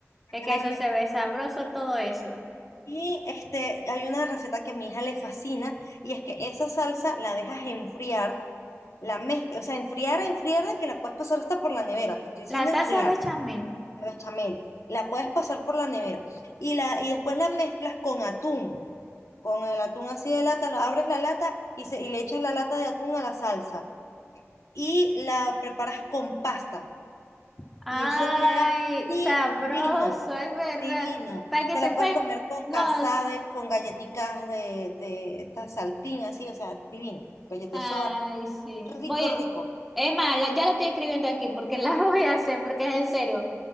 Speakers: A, in the centre; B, on the left (about 75°).
A: es que
B: carne.
A: eso se ve sabroso, todo eso.
B: Y este, hay una receta que a mi hija le fascina y es que esa salsa la dejas enfriar, la mezclas, o sea, enfriar, enfriar de que la puedes pasar hasta por la nevera, te estoy diciendo
A: La
B: enfriar.
A: salsa bechamel.
B: bechamel, la puedes pasar por la nevera y, la, y después la mezclas con atún, con el atún así de lata, lo- abres la lata y, se, y le echas la lata de atún a la salsa y la preparas con pasta
A: Ay,
B: y eso queda divino,
A: sabroso, es verdad.
B: divino.
A: Para que
B: Te
A: sepáis,
B: la puedes comer con
A: nos.
B: casabe, con galletitas de, de esta saltín así, o sea, divino, galleta
A: Ay,
B: de soda,
A: sí.
B: rico,
A: Voy.
B: rico.
A: Es más, la- ya la estoy escribiendo aquí porque la <laughs> voy a hacer, porque es en serio.